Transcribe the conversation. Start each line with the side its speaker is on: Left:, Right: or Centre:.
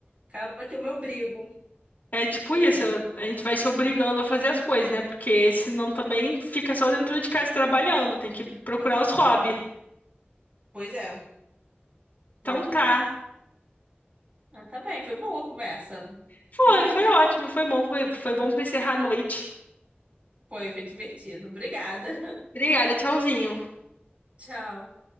Right: Acaba que eu me obrigo.
Left: É tipo
Right: Pois
Left: isso,
Right: é.
Left: eu- a gente vai se obrigando a fazer as coisas, né? Porque senão também fica só dentro de casa trabalhando, tem que procurar os hobbies.
Right: Pois é.
Left: Então
Right: Verdade.
Left: tá.
Right: Ah, tá bem. Foi boa a conversa.
Left: Foi,
Right: <laughs>
Left: foi ótimo, foi bom, foi, foi bom pra encerrar a noite.
Right: Foi, foi divertido. Obrigada.
Left: Obrigada, tchauzinho.
Right: <laughs> Tchau.